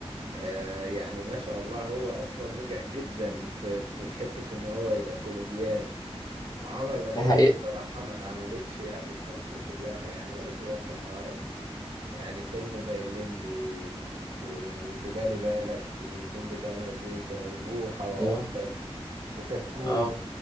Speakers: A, on the right; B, on the left.
A: آه يعني ما شاء الله هو اصلا نجح جدا في في حتة ان هو يبقى كوميديان وعمل ادوار
B: ده حقيقة
A: بصراحة ما اتعملتش يعني في مصر كلها يعني ولا في الوطن العربي يعني فيلم زي الليمبي و- واللي بالي بالك والليمبي 8 جيجا وبوحة وعوكل
B: اه
A: وكتكوت
B: اه